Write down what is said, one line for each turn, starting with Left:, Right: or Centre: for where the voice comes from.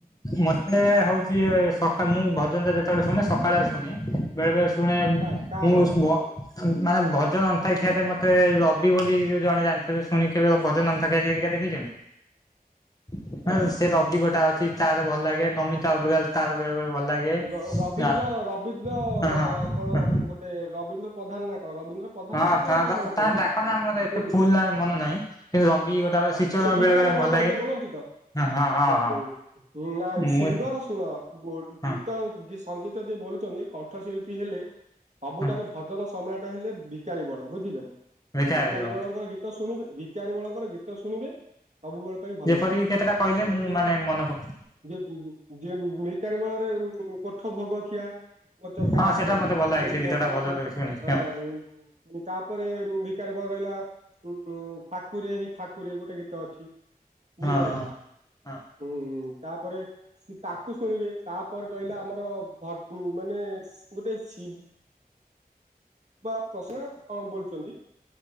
Left: ମତେ ହଉଛି ସକା ମୁଁ ଭଜନ ଟା ଯେତେବେଳେ ଶୁଣେ ସକାଳେ ଶୁଣେ ବେଳେବେଳେ ଶ ଶୁଣେ
Right: କା- କାହାର
Left: ମୁଁ ଭ ମାନେ ଭଜନ ଅନ୍ତାକ୍ଷରି ରେ ମତେ ରବି ବୋଲି ଜଣେ ଜାଣିଥିବେ ଶୁଣି କେବେ ଭଜନ ଅନ୍ତାକ୍ଷର ହେରିକା ଦେଖିଛନ୍ତି। <unintelligible>
Right: ହଁ
Left: ସେ ରବି ଗୋଟା ଅଛି ତାର ଭଲ ଲାଗେ। ନମିକୁଅଗ୍ରୱାଲ ତାର ବେଳେ ବେଳେ ଭଲ ଲାଗେ
Right: ର- ରବୀନ୍ଦ୍ର
Left: ଆଁ
Right: ରବୀନ୍ଦ୍ର
Left: ହଁ ହଁ
Right: କଣ ଗୋଟେ ରବୀନ୍ଦ୍ର ପ୍ରଧାନ ନା କଣ ରବୀନ୍ଦ୍ର ପ୍ରଧାନ
Left: ହଁ
Right: ନା
Left: ହଁ
Right: କଣ
Left: ତା
Right: ମୋର ମନେ
Left: ତା
Right: ପଡୁନି
Left: ଡାକ ନା ମୋର ଏତେ
Right: ହୁଁ
Left: ଫୁଲୁ ନା ମନେ ନାହିଁ। କିନ୍ତୁ ରବି ଗୋଟା
Right: ହଁ
Left: କ ଶି ଚରଣ
Right: ସେ ଭିକାରୀ
Left: ବେଳେ ବେଳେ
Right: ବଳ
Left: ଭଲ
Right: ଟାଇପ
Left: ଲାଗେଁ
Right: ର ବୋଲନ୍ତି ତ
Left: ହଁ ହଁ
Right: ହୁଁ
Left: ହଁ।
Right: ନାଇଁ
Left: ମୁଁ
Right: ସିଙ୍ଗର ଶୁଣ ବୋଡ
Left: ହଁ
Right: ବୀ ସଙ୍ଗୀତ ଯିଏ ବୋୁଲୁଚନ୍ତି କଣ୍ଠ ଶିଳ୍ପୀ ହେଲେ ସବୁଠାରୁ
Left: ହଁ
Right: ଭଜନ ସମ୍ରାଟ ହେଲେ ଭିକାରୀ ବଳ ବୁଝିଲେ ନା
Left: ଦେଖା
Right: ଭିକାରୀ
Left: ହେଇଯିବ
Right: ବଳଙ୍କ ଗୀ ତ ଶୁଣିବେ ଭିକାରୀ ବଳଙ୍କର ଗୀତ ଶୁଣିବେ ସବୁବେଳେ ପାଇଁ ଭଲ
Left: ଯେପରିକି
Right: ଲାଗିବ।
Left: କେତିଟା କହିଲେ
Right: ଆଉ
Left: ମୁଁ
Right: ଯେତେ
Left: ମାନେ ମନେ ପ
Right: ଯେ ଯେ ଭିକାରୀ ବଳରେ କୋଠ ଭୋଗ ଖିଆ ମୋ ଚକା
Left: ହଁ
Right: ଆଖିଆ
Left: ସେଟା
Right: ଗୋଟେ
Left: ମତେ ଭଲ ଲାଗେ ସେ
Right: ଗୀତ
Left: ଗୀତଟା
Right: ଅଛି
Left: ଭଲ
Right: କୋ
Left: ଲାଗେ ଶୁଣିଛି
Right: ହ
Left: ହଁ
Right: ତାପରେ ବିକାର ବଳ ରହିଲା। ଉଁ ଠାକୁରେ ହେଁ ଠାକୁରେ ଗୋଟେ ଗୀତ ଅଛି। ବୁଝିପାଇଲେ
Left: ହଁ ହଁ ହଁ
Right: ହୁଁ ତାପରେ ସି ତାକୁ ଶୁଣିବେ ତାପରେ ରହିଲା ଆମର ଭଗୁ ମାନେ ସି ଗୋଟେ ଶି ବ ପ୍ରଶ୍ନ କଣ ବୋଲୁଚନ୍ତି